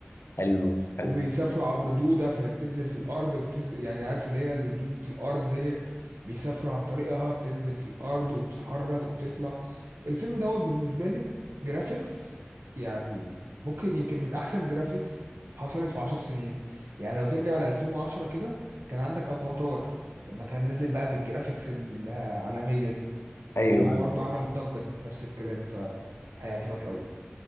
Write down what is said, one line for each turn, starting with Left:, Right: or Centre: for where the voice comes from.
Left: حلو
Right: وبيسافروا
Left: حلو
Right: عبر دودة فبتنزل في الأرض بت... يعني عارف اللي هي دودة الأرض ديت بيسافروا عن طريقها بتنزل في الأرض وبتتحرك وبتطلع الفيلم دوت بالنسبة لي جرافيكس يعني ممكن يمكن من أحسن جرافيكس حصلت في عشر سنين يعني لو ترجع ل 2010 كده كان عندك أفاتار لما كان نازل بقى بالجرافيكس العالمية دي
Left: ايوه
Right: هو برضو عمل الضجة دي نفس الكلام فهيعجبك قوي